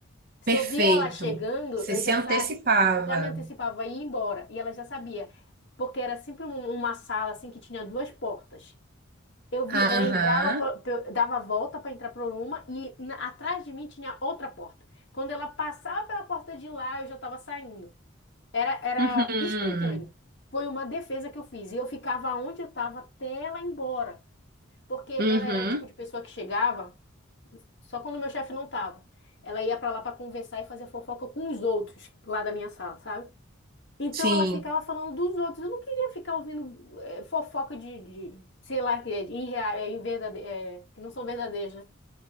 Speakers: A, on the left; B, on the right.
A: Se
B: Perfeito.
A: eu via ela chegando,
B: Você
A: eu
B: se
A: já
B: antecipava.
A: sa... já me antecipava e ia embora. E ela já sabia. Porque era sempre um- uma sala assim que tinha duas portas. Eu vi,
B: Aham.
A: ela entrava, por- pe- dava a volta para entrar por uma e na- atrás de mim tinha outra porta. Quando ela passava pela porta de lá, eu já estava saindo. Era, era
B: Uhum.
A: instantâneo. Foi uma defesa que eu fiz. E eu ficava onde eu estava até ela ir embora. Porque
B: Uhum.
A: ela era o tipo de pessoa que chegava. Só quando meu chefe não tava. Ela ia pra lá pra conversar e fazer fofoca com os outros lá da minha sala, sabe? Então
B: Sim.
A: ela ficava falando dos outros. Eu não queria ficar ouvindo eh, fofoca de, de, sei lá, que é de irreal, é, inverdade- é, que não são verdadeiras, né?